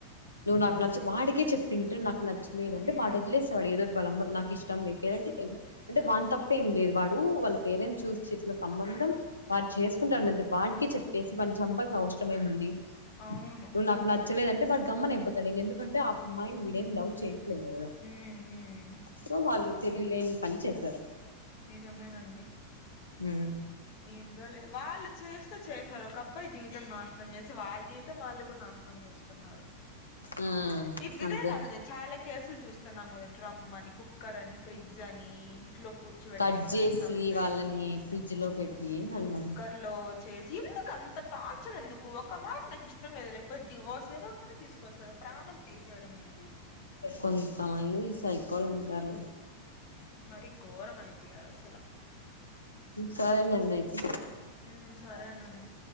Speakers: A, on the left; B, on the left.
A: నువ్వు నాకు నచ్చ వాడికే చెప్పింటే నాకు నచ్చలేదంటే
B: ఉమ్
A: వాడు వదిలేసేవాడు ఏదో వాళ్ళమోల్లు నాకు ఇష్టం లే పేరంటే అంటే వాన్ తప్ప ఇం ఏం లేదు వాడు వాళ్ళ పేరెంట్స్ చూసి చేసిన సంబంధం వారు చేసుకుంటారు అన్నది వానికి చెప్పేసి వాని చంపాల్సిన అవసరమేం ఉంది
B: అవును
A: నువ్వు నాకు నచ్చలేదు అంటే వాడు గమన అయిపోతాడు ఇంక ఎందుకంటే ఆ అమ్మాయిని వీడేం లవ్ చేయట్లేదు కదా
B: ఊ ఊ ఉమ్
A: సో వాళ్ళు తెలివిలేని పని చేశారు
B: నిజమేనండి
A: ఉమ్
B: ఏందోలే వాళ్ళు చేస్తే చేశారు ఒక అబ్బాయి జీవితం నస్ నం చేసి వాళ్ళ జీవితం వాళ్ళు కూడా నాశనం చేసుకున్నారు
A: ఆ
B: ఇ ఇదే
A: అంతే
B: కాద నేను చాలా కేసులు చూస్తున్నాం కదా డ్రమ్ అని, కుక్కర్ అని, ఫ్రిడ్జ్ అని. ఇంట్లో కుర్చోబెట్టరు
A: కట్ చేసి
B: చంపేసి
A: వాళ్ళని ఫ్రిడ్జ్ లో పెట్టి ఏందండి
B: కుక్కర్ లో చేసి ఎందుకు అంత టార్చర్ ఎందుకు ఒక మాట నాకు ఇష్టం లేదు లేకపోతే డివోర్స్ ఏదో ఐన తీకొవచ్చు కదా ప్రాణం తీసేయడం ఏంది
A: కొంతమంది సైకోల్ ఉంటారు
B: మరి ఘోరం అయిపోయారు అసలు
A: సరేనండి అయితే
B: ఊ సరేనండి